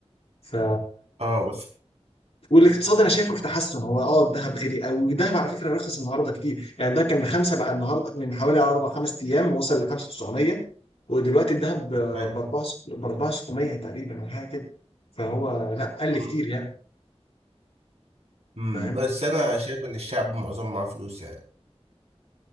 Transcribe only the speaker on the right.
اه بس
أيوة.
مم.
مم.
بس انا شايف ان الشعب معظم معاه فلوس يعني